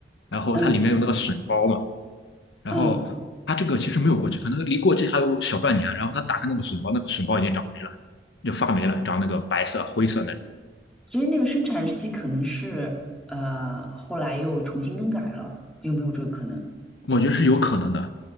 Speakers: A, on the left; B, in the centre.
A: 然后它里面有那个笋包嘛，
B: 嗯
A: 然后它这个其实没有过期，
B: 嗯，
A: 可能离过期还有小半年，然后他打开那个笋包，那个笋包已经长霉了。就发霉了，长那个白色、灰色那种。
B: 所以那个生产日期可能是呃后来又重新更改了，有没有这个可能？
A: 我觉得是有可能的，